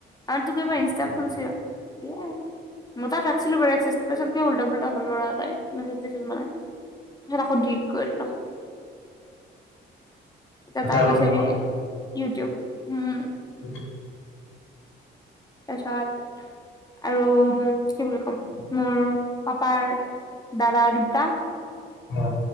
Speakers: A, on the left (about 20°); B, on the left (about 80°).
A: আৰু তোকে বা ত খোনছে বি মোৰ তাত ৰাখিছিলো বাৰ একচিছ তাৰ পিছত উল্টা পুল্টা হ'ল ল'ৰা এতাই মেছেজ দিছিল মানে সেইখন আকৌ ডিলিট কৰি দিলো এতিয়া তাই
B: অলপ
A: বিচাৰি
B: ডাঙৰ
A: ইউটিউব। উম।
B: সইটো
A: তাৰপিছত আৰু কি বুলি ক'ম মোৰ পাপাৰ দাদা দুটা।
B: অ।